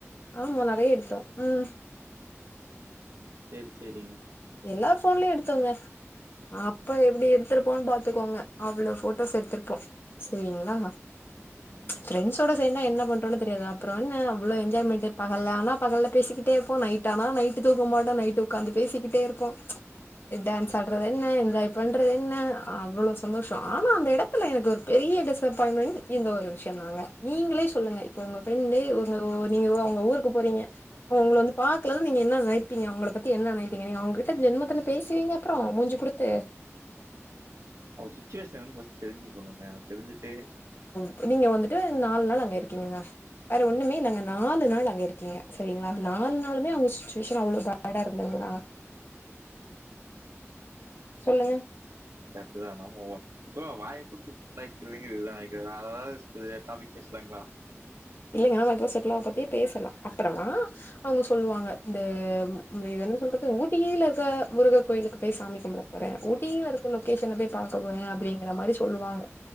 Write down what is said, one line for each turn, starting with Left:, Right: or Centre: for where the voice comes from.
Left: ஆமா நறைய எடுத்தோ ம்
Right: செரி செரிங்க
Left: எல்லார் ஃபோன்லயு எடுத்தோங்க அப்ப எப்படி எடுத்திருப்போன்னு பாத்துக்கோங்க அவ்ளோ போட்டோஸ் எடுத்திருப்போ செரிங்களா
Right: ம்
Left: ஃப்ரண்ட்ஸோட சேந்தா என்ன பண்றோண்ணு தெரியாது அப்றோ என்ன அவ்ளோ என்ஜாய்மெண்ட் பகல்ல ஆன பகல்ல பேசிகிட்டே இருப்போ நைட் ஆனா நைட்டு தூக்கம டோ நைட்டு உக்காந்து பேசிக்கிட்டே இருப்போ எ டான்ஸ் ஆடுறது என்ன என்ஜாய் பண்றது என்ன அவ்ளோ சந்தோஷ ஆனா அந்த எடத்துல எனக்கு ஒரு பெரி ய பெரிய டிஸப்பாயின்மென் இந்த ஒரு விஷ்யோதாங்க நீங்களே சொல்லுங்க இப்ப உங்க ஃப்ரண்டு உங்க ஒ நீங்க உங்க ஊரு க்கு போறீங்கங்க உங்கள வந்து பாக்கலனா நீங்க என்ன நைப்பீங்க உங்கள பத்தி என்ன நை ப்பிங்க நீங்க அவுங்கிட்ட ஜென்மத்துல பேசுவீங்க அப்றோ மூஞ்சு குடுத்து
Right: அவச்சுவேஷன் என்னனு ஃபாஸ்ட் தெரிஞ்சு பண்ணுங்க தெரிஞ்சுட்டே
Left: இப்ப நீங்க வந்துட்டு நாலு நாள் அங்க இருக்கீங்கங்க வேற ஒண்ணுமே நாங்க நாலு நாள் அங்கருக்கீங்க செரிங்களா நா நாள் நாளுமே அவுங்க சுச்சுவேஷ அவ்ளவு பேடா இருந்தங்களா சொல்லுங்க
Right: கரெட்டு தா நம்ம ஒ சோ வாய குடுத்து புண்ணாக்கிறதுங்கிறது இதுதா நெனைக்கிறே வேற ஏதாவது இது டாபிக் பேசுல ங்களா
Left: இல்லைங்க அவுங்க இப்போ செட்டுலாவ பத்தி பேசலா அப்பறோ அவுங்க சொல்லுவாங் இந்த என்ன சொல்றது ஊட்டியில இருக்க முருகர் கோயிலுக்கு போய் சாமி கும்பிட போறே ஊட்டியில இருக் க லொகேஷன போய் பாக்க போறே அப்டிங்கிற மாரி சொல்லுவாங்க